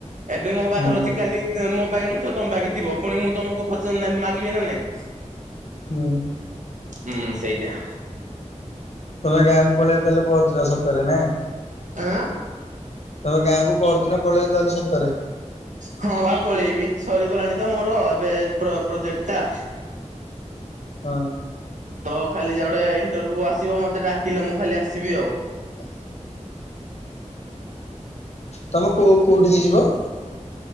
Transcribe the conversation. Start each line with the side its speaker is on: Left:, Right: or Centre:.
Right: ଏବେ ମୋ ପାଖରେ
Left: ହୁଁ
Right: ଅଛି କାଲି ମୋ ପାଖ ତ ତମ ପାଖେ ଥିବ ଫୁଣି ମୁଁ ତମକୁ ପସନ୍ଦ ମାଗିବି ନା ନାଇଁ?
Left: ହୁଁ।
Right: ହୁଁ ସେଇଦିଆ।
Left: ତମେ ଗାଁକୁ ପଳେଇବ ତାହେଲେ ପହଦିନ ସତରେ ନା।
Right: ଆଁ
Left: ତମେ ଗାଁକୁ ପରଦିନ ପଳେଇ ତାହେଲେ ସତରେ।
Right: ହଁ ବା ପଳେଇବି ସରିଗଲାଣି ତ ମୋର ଏବେ ପ୍ରୋ-ପ୍ରୋଜେକ୍ଟ ଟା।
Left: ହଁ।
Right: ତ ଖାଲି ଯା ଗୋଟେ ଇଣ୍ଟରଭ୍ୟୁ ଆସିବ ମତେ ଡାକିଲେ ମୁଁ ଖାଲି ଆସିବି ଆଉ।
Left: ହୁଁ। ତମେ କୋଉ-କୋଉଠିିକି ଯିବ?